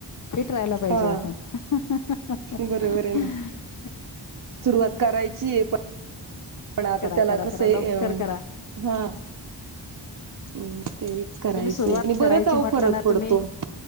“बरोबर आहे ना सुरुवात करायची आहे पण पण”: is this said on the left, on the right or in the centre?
Right